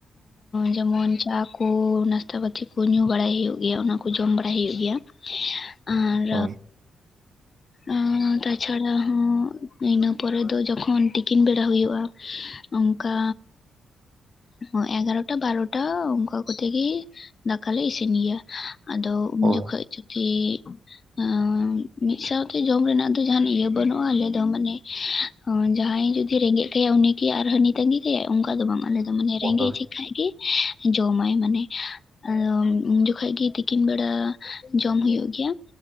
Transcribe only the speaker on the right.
ᱦᱳᱭ
ᱦᱳᱭ
ᱦᱳᱭ